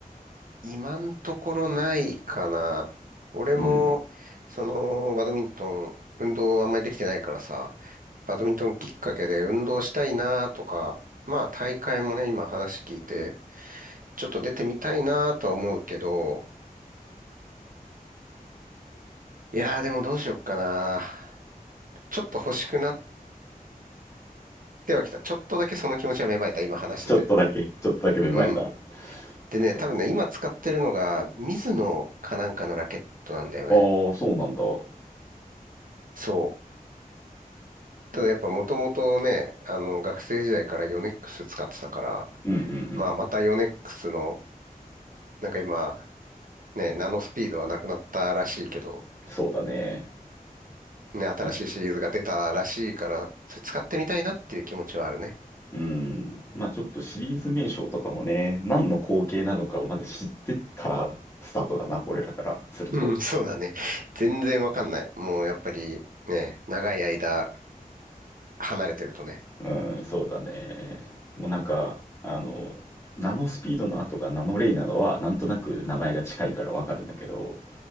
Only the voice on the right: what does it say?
今んところないかな。俺も、
その、バドミントン、運動あんまりできてないからさ、バドミントンきっかけで運動したいなとか、まあ大会もね、今話聞いて、ちょっと出てみたいなとは思うけど、いやーでもどうしよっかな。ちょっと欲しくなってはきた。ちょっとだけその気持ちは芽生えた、今話してて。
うん。でね、
多分ね、今使ってるのが、ミズノかなんかのラケットなんだよね。
そう。ただやっぱもともとね、あの、学生時代からヨネックス使ってたから、
まあまたヨネックスの、なんか今、ね、ナノスピードはなくなったらしいけど、
ね、新しいシリーズが出たらしいから、
それ使ってみたいなっていう気持ちはあるね。
うん、<laughs> そうだね。全然わかんない。もうやっぱりね、長い間離れてるとね。